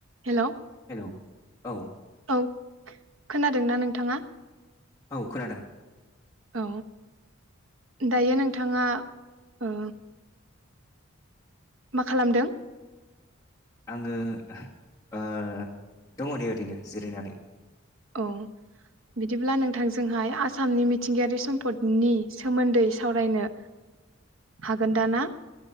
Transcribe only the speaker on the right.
hello
औ खोनादोंना नोंथाङा
औ दायो नोंथाङा ओ मा खालामदों
औ बिदिब्ला नोंथांजोंहाय आसामनि मिथिंगायारि सम्पदनि सोमोन्दै सावरायनो हागोन दा ना